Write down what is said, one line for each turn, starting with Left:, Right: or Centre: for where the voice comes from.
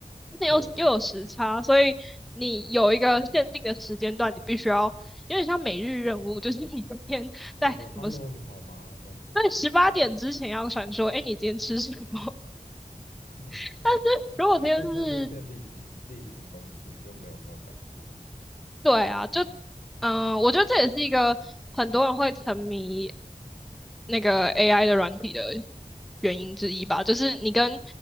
Centre: 那又又有时差，
Left: 对啊，
Centre: 所以你有一个限定的时间段，你必须要有点像每日任务，就是你今天。在什么
Left: 要说 “hello，你好吗”这样子，
Centre: 对，十八点之前要传说，哎，你今天吃什么？
Left: <laughs> 哇，
Centre: <laughs> 但是如果今天是，
Left: 但这样就变立即例行公事，就没有那个感觉了。
Centre: 对啊，就，嗯、我觉得这也是一个很多人会沉迷那个 AI 的软体的原因之一吧，就是你跟，